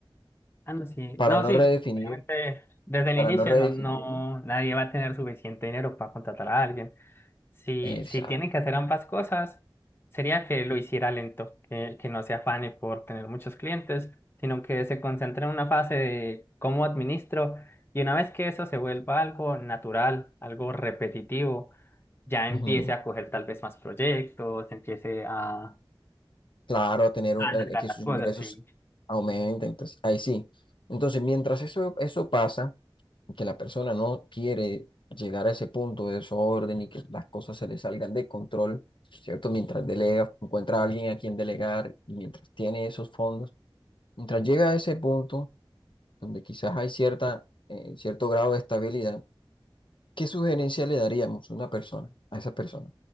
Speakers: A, on the left; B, on the left.
A: Ah, no, sí.
B: para
A: No,
B: no
A: sí,
B: redefinir,
A: sí. Obviamente, desde
B: para
A: el inicio
B: no redefinirla.
A: no, no, nadie va a tener suficiente dinero para contratar a alguien. Si,
B: Exacto.
A: si tienen que hacer ambas cosas, sería que lo hiciera lento, que, que no se afane por tener muchos clientes, sino que se concentre en una fase de cómo administro. Y una vez que eso se vuelva algo natural, algo repetitivo, ya
B: Ujú.
A: empiece a coger tal vez más proyectos, empiece a, a
B: claro, a tener un-
A: alargar
B: a- a que sus
A: las
B: ingresos
A: cosas, sí.
B: aumenten. Entonces, ahí sí. Entonces, mientras eso, eso pasa, y que la persona no quiere llegar a ese punto de desorden y que las cosas se le salgan de control, ¿cierto? Mientras delega, encuentra a alguien a quien delegar y mientras tiene esos fondos, mientras llega a ese punto donde quizás hay cierta, eh, cierto grado de estabilidad, ¿Qué sugerencia le daríamos a una persona, a esa persona,